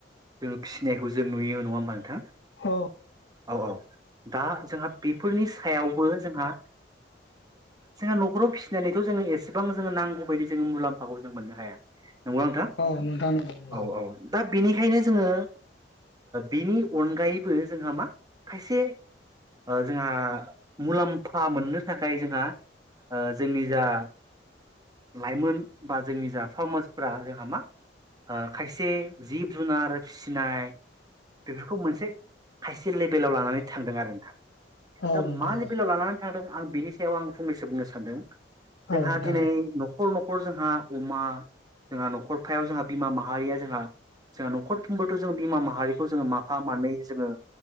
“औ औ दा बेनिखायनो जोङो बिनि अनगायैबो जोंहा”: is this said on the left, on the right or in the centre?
Right